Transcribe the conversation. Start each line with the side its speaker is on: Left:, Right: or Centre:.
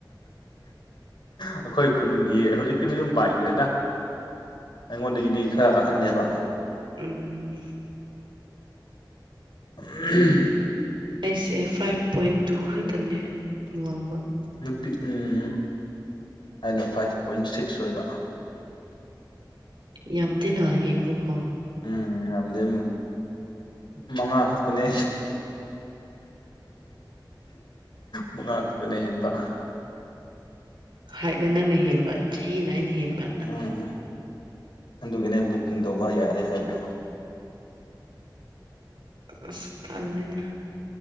Left: ꯑꯩꯈꯣꯏ ꯈꯨꯟꯒꯤ ꯍꯧꯖꯤꯛꯇꯤ ꯃꯌꯨꯝ ꯄꯥꯡꯈ꯭ꯔꯦꯗ ꯑꯩꯉꯣꯟꯗꯒꯤꯗꯤ ꯈꯔ ꯑꯍꯟꯅꯦꯕ
Right: ꯎꯝ ꯎꯝ
Left: ꯎ
Right: ꯑꯩꯁꯦ ꯐꯥꯏꯚ ꯄꯣꯏꯟ ꯇꯨ ꯈꯛꯇꯅꯦ ꯋꯥꯡꯕ
Left: ꯅꯨꯄꯤ ꯎꯝ ꯑꯩꯅ ꯐꯥꯏꯚ ꯄꯣꯏꯟ ꯁꯤꯛꯁ ꯑꯣꯏꯕ
Right: ꯌꯥꯝ ꯊꯦꯅ ꯍꯦꯟꯕꯀꯣ
Left: ꯎꯝ ꯌꯥꯝꯝꯗꯦ ꯃꯉꯥ ꯈꯛꯇꯅꯦ ꯃꯉꯥ ꯈꯛꯇꯅ ꯍꯦꯟꯕ
Right: ꯍꯥꯏꯠꯅ ꯅꯪꯅ ꯍꯦꯟꯕ ꯆꯍꯤ ꯅꯥꯏꯅ ꯍꯦꯟꯕ
Left: ꯎꯝ ꯑꯗꯨꯒꯤꯅꯦ ꯕꯨꯛꯀꯤꯡ ꯇꯧꯕ ꯌꯥꯔꯦ ꯍꯥꯏꯕꯗꯣ
Right: ꯑ ꯊꯅꯤꯅ